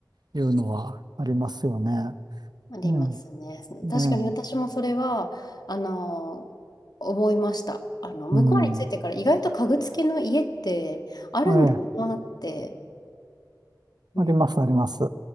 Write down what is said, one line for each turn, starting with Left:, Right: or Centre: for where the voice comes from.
Right: いうのはありますよね。
Left: ありますね。
Right: うん、
Left: 確かに私もそれは、
Right: ね
Left: あの、思いました。あの、向こうに着いてから意外と家具付きの家ってあるんだなって。
Right: え、うん。ええ、
Left: うん、
Right: あります、あります。